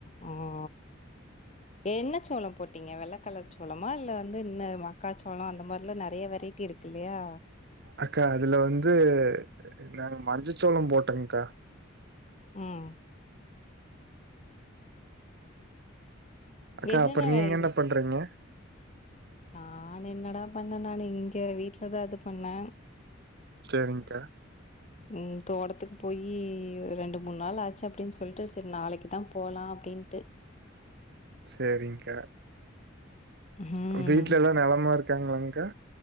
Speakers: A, on the left; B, on the right.
A: ஒ ஒ என்ன சோள போட்டீங்க வெள்ள கலர் சோளமா இல்ல வந்து இன்ன மக்காச்சோள அந்த மாரில நெறய வெரை ட்டி இருக்கு இல்லயா
B: அக்கா அதுல வந்து நாங்க மஞ்சசோள போட்டோங்க்கா
A: ம்
B: அக்கா
A: என்னென்ன
B: அப்றோ நீங்க
A: வே-
B: என்ன பண்றீங்க
A: நானு என்னடா பண்ண நானு இங்க வீட்லதா அது பண்ண
B: செரிங்க்கா
A: ம் தோட்டத்துக்கு போய் ரெண்டு மூண் நாள் ஆச்சு அப்டின் சொல்ட்டு செரி நாளைக்குதா போலா அப்டின்ட்டு
B: செரிங்க்கா
A: ம்.
B: உங்க வீட்ல எல்லா நெலமா இருக்காங்களாங்க்கா